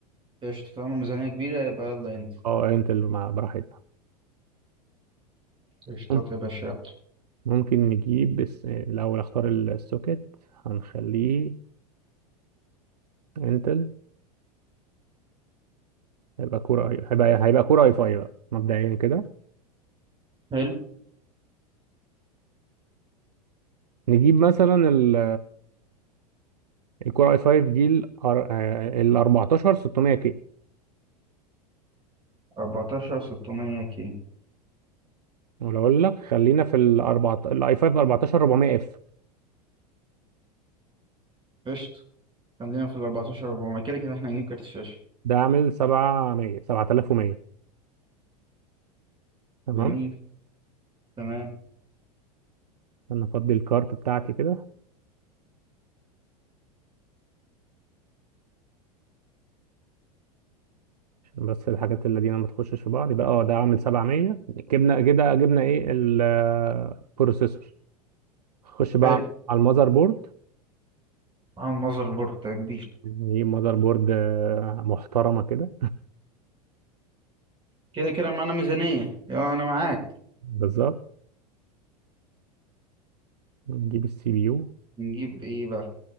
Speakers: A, on the right; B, on the right.
A: قشطه طالما الميزانيه كبيره يبقى يلا انت
B: اه انتل مع براحتنا
A: قشطات
B: مم-
A: يا باشا يلا
B: ممكن نجيب بس الاول اختار السوكت هنخليه انتل هيبقى كورة أي- هيبقى هيبقى كورة اي 5 بقى مبدئيا كده
A: حلو.
B: نجيب مثلا ال الكورة اي 5 دي ال أر- آه، ال 14 600 كي
A: أربعتاشر ستمية كي
B: ولا اقول لك خلينا في ال 4 الاي 5 14 400 اف
A: قشطة خلينا في الأربعتاشر أربعمية كده كده احنا هنجيب كارت شاشة
B: ده عامل 700 7100 تمام
A: جميل تمام
B: انا افضي الكارت بتاعتي كده عشان بس الحاجات اللي دي ما تخشش في بعض يبقى اه ده عامل 700 جبنا كده جبنا ايه البروسيسور خش بقى
A: حلو
B: على المذر بورد
A: على المذر بورد ده كبير
B: نجيب مذر بورد آه، محترمة كده
A: كده كده معانا ميزانية يلا أنا معاك
B: بالظبط نجيب السي بي يو
A: نجيب إيه بقى